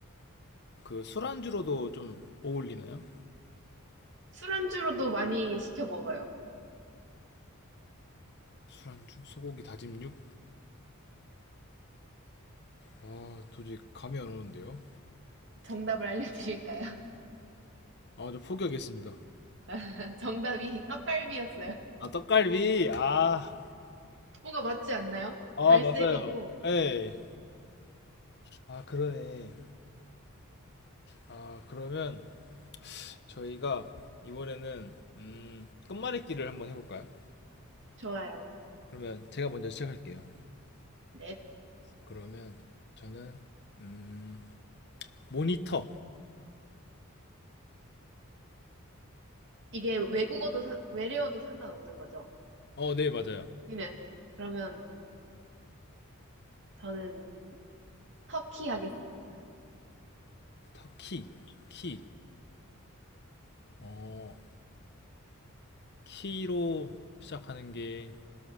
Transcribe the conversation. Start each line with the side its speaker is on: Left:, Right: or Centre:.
Left: 그 술안주로도 좀 어울리나요?
Right: 술안주로도 많이 시켜 먹어요.
Left: 술안주, 소고기 다짐육? 아 도저히 감이 안 오는데요?
Right: 정답을 알려드릴까요?
Left: 아, 저 포기하겠습니다.
Right: <laughs> 정답이 떡갈비였어요.
Left: 아, 떡갈비? 아,
Right: 뭔가 맞지 않나요?
Left: 아,
Right: 갈색이고
Left: 맞아요. 예. 아, 그러네. 아, 그러면 저희가 이번에는, 음, 끝말잇기를 한번 해볼까요?
Right: 좋아요.
Left: 그러면 제가 먼저 시작할게요.
Right: 네.
Left: 그러면 저는, 음, 모니터.
Right: 이게 외국어도 상, 외래어도 상관없는 거죠.
Left: 어, 네, 맞아요.
Right: 그냥 그러면 저는 터키 하겠습니다.
Left: 터키, 키. 어, 키로 시작하는 게,